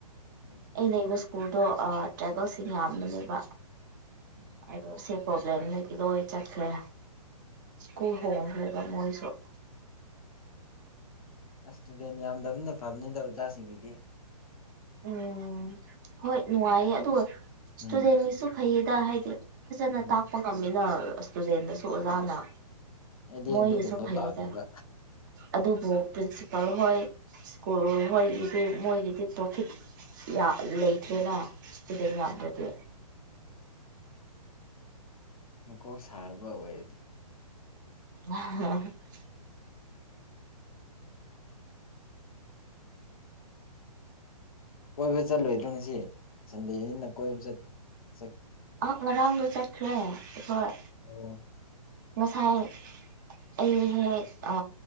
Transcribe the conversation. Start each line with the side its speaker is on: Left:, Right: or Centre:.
Left: ꯑꯣ
Right: ꯑꯩ ꯂꯩꯕꯁ ꯁꯀꯨꯜꯗꯣ ꯑ ꯇ꯭ꯔꯥꯏꯕꯦꯜꯁꯤꯡ ꯌꯥꯝꯕꯅꯦꯕ
Left: ꯎꯝ
Right: ꯍꯥꯏꯗꯣꯁꯦ ꯄ꯭ꯔꯣꯕ꯭ꯂꯦꯝꯅꯗꯤ ꯂꯣꯏ ꯆꯠꯈ꯭ꯔꯦ ꯁ꯭ꯀꯨꯜ ꯍꯣꯡꯈ꯭ꯔꯦꯕ ꯃꯣꯏꯁꯨ
Left: ꯑꯁꯇꯨꯗꯦꯟ ꯌꯥꯝꯗꯕꯅꯤꯅ ꯐꯕꯅꯤꯗ ꯑꯣꯖꯥꯁꯤꯡꯒꯤꯗꯤ
Right: ꯎꯝ ꯍꯣꯏ ꯅꯨꯡꯉꯥꯏꯌꯦ ꯑꯗꯨꯒ ꯏꯁꯇꯨꯗꯦꯟꯒꯤꯁꯨ
Left: ꯎꯝ
Right: ꯐꯩꯌꯦꯗ ꯍꯥꯏꯗꯤ ꯐꯖꯅ
Left: ꯎꯝ
Right: ꯇꯥꯛꯄ ꯉꯝꯃꯤꯅ ꯏꯁꯇꯨꯗꯦꯟꯗꯁꯨ ꯑꯣꯖꯥꯅ
Left: ꯍꯥꯏꯗꯤ
Right: ꯃꯣꯏꯒꯤꯁꯨ
Left: ꯑꯗꯨꯒꯨꯝꯕ
Right: ꯐꯩꯌꯦꯗ
Left: ꯄꯥꯝꯗꯕ
Right: ꯑꯗꯨꯕꯨ ꯄ꯭ꯔꯤꯟꯁꯤꯄꯜ ꯍꯣꯏ ꯁ꯭ꯀꯨꯜ ꯍꯣꯏꯒꯤꯁꯨ ꯃꯣꯏꯒꯤꯗꯤ ꯄ꯭ꯔꯣꯐꯤꯠ ꯌꯥ ꯂꯩꯇ꯭ꯔꯦꯅ ꯏꯁꯇꯨꯗꯦꯟ ꯌꯥꯝꯗ꯭ꯔꯗꯤ
Left: ꯑꯣ ꯃꯀꯣꯛ ꯁꯥꯔꯕ ꯑꯣꯏꯌꯦ
Right: <unintelligible>
Left: ꯀꯣꯏꯕ ꯆꯠꯂꯣꯏꯗ꯭ꯔꯣ ꯉꯁꯤ ꯁꯟꯗꯦꯅꯤꯅ ꯀꯣꯏꯕ ꯆꯠ ꯆꯛ
Right: ꯑ ꯉꯔꯥꯡꯗꯣ ꯆꯠꯈ꯭ꯔꯦ ꯑꯩꯈꯣꯏ
Left: ꯑꯣ
Right: ꯉꯁꯥꯏ ꯑꯩ ꯍꯦꯛ ꯑ